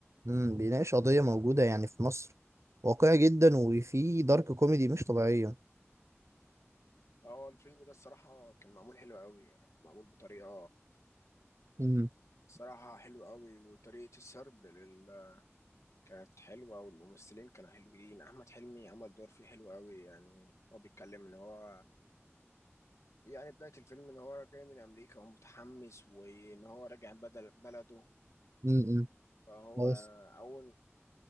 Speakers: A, on the right; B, on the left.
A: امم بيناقش قضيه موجوده يعني في مصر واقعي جدا وفيه دارك كوميدي مش طبيعيه
B: هو الفيلم ده الصراحه كان معمول حلو قوي يعني معمول بطريقه
A: امم
B: صراحه حلوه قوي وطريقه السرد لل... كانت حلوه والممثلين كانوا حلوين احمد حلمي عمل دور فيه حلو قوي يعني هو بيتكلم ان هو يعني بدايه الفيلم ان هو جاي من امريكا وهو متحمس وان هو راجع بدل بلده
A: امم
B: فهو
A: بس
B: اول